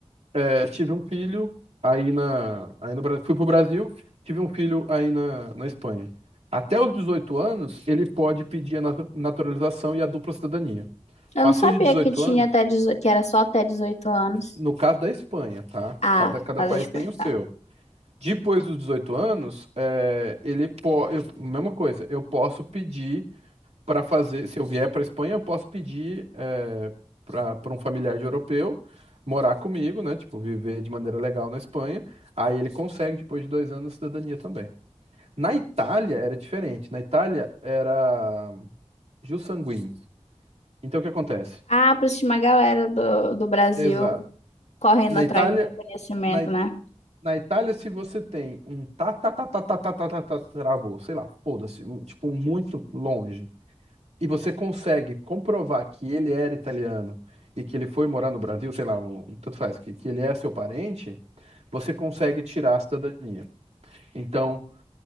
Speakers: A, on the right (about 75°); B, on the left (about 75°).
A: é, tive um filho aí na, aí no Brasil, fui pro Brasil, tive um filho aí na, na Espanha. Até os 18 anos, ele pode pedir a natu- naturalização e a dupla cidadania.
B: Eu
A: Passou
B: não sabia
A: de 18
B: que tinha
A: anos,
B: até 18 que era só até 18 anos.
A: no caso da Espanha, tá?
B: Ah,
A: Cada, cada
B: fazer
A: país
B: espantar.
A: tem o seu. Depois dos 18 anos, é, ele pode. mesma coisa, eu posso pedir para fazer. Se eu vier para Espanha, eu posso pedir é, para um familiar de europeu morar comigo, né? Tipo, viver de maneira legal na Espanha. Aí ele consegue, depois de dois anos, a cidadania também. Na Itália era diferente. Na Itália era jus sanguinis. Então o que acontece?
B: Ah, por isso tinha uma galera do, do Brasil
A: Exato.
B: correndo
A: Na
B: atrás
A: Itália,
B: do reconhecimento,
A: na
B: né?
A: Na Itália, se você tem um tá, tá, tá, tá, tá, tá, tá, tá, tá, travou, sei lá, foda-se, um, tipo, um muito longe, e você consegue comprovar que ele era italiano e que ele foi morar no Brasil, sei lá, um, tanto faz, que, que ele é seu parente, você consegue tirar a cidadania. Então,